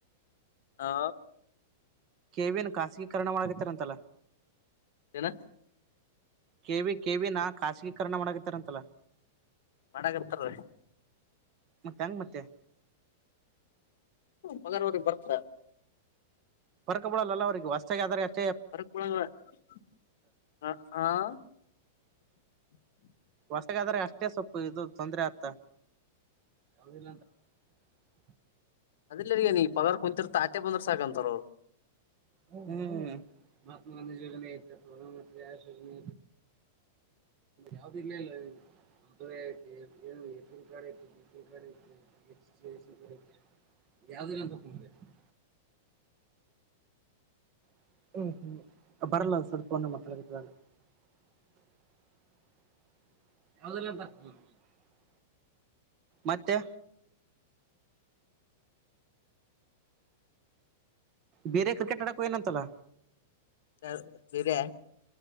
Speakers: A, on the left; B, on the right.
A: ಹಾ
B: ಕೆೇವನ್ ಖಾಸಗೀಕರಣ ಮಾಡಳಗತ್ತಾರ ಅಂತಲ್ಲ
A: ಏನ
B: ಕೆ ವಿ ಕೆ ವಿ ನಾ ಖಾಸಗೀಕರಣ ಮಾಡಾಗತ್ತಾರಂತಲ್ಲ
A: ಮಾಡಕತ್ತಾರ
B: ಮತ್ತೆಂಗ ಮತ್ತೆ
A: ಪಗಾರ್ ಅವ್ರಿಗಿ ಬರ್ತಾ
B: ಬರ್ಕ ಬಿಡಲ್ಲ ಅವ್ರರಿಗೆ ಹೊಸ್ತಾಗ್ ಆದ್ರ ಅಷ್
A: <unintelligible> <inaudible>
B: ಹೊಸಗಾದ್ರೆ ಅಷ್ಟೇ ಸೊಪ್ಪ ಇದು ತೊಂದ್ರೆ ಆತ <unintelligible>
A: <unintelligible> ಪಗಾರ್ ಕುಂತಿರ್ ತಾ ಆಟೆ ಬಂದ್ರ ಸಾಕಂತರ ಅವ್ರು
B: ಹ್ಮ್ಮ ಮಹಾತ್ಮಾ ಗಾಂಧಿ ಯೋಜನೆ ಇ ಪ್ರಧಾನ ಮಂತ್ರಿ ಆ ಯೋಜನೆ ಯಾವ್ದು ಇಲ್ಲೆ ಇಲ್ಲ <unintelligible> <unintelligible> <unintelligible> <unintelligible> <unintelligible> ಮತ್ತೆ ಬೀರೆ ಕ್ರಿಕೆಟ್ ಆಡಕ್ ಹೊಗ್ಯನಂತಲ್ಲ
A: ಆಸ್ ಬೀರೆ